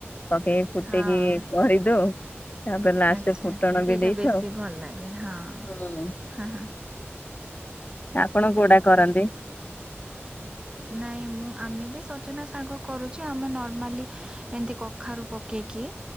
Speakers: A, on the left; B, on the right.
A: ପକେଇକି ଫୁଟେଇକି
B: ହଁ।
A: କରିଦଉ। ତାପରେ ଲାଷ୍ଟ
B: ଆଚ୍ଛା
A: ଫୁଟଣ
B: ଆଚ୍ଛା ସେଇଟା
A: ବି ଦେଇଥାଉ।
B: ବେଶୀ ଭଲ ଲାଗେ ହଁ-
A: ହୁଁ
B: ହଁ -ହ
A: ଆପଣ କୋଉଟା କରନ୍ତି?
B: ନାଇଁ ମୁଁ ଆମେ ବି ସଜନା ସାଙ୍ଗ କରୁଚୁ ଆମେ ନର୍ମାଲି ଏମିତି କଖାରୁ ପକେଇକି